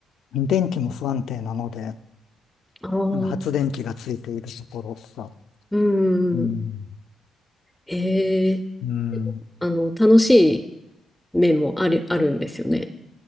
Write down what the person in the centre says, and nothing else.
ああ、
うん。
ええ、
あの、楽しい面もある、あるんですよね。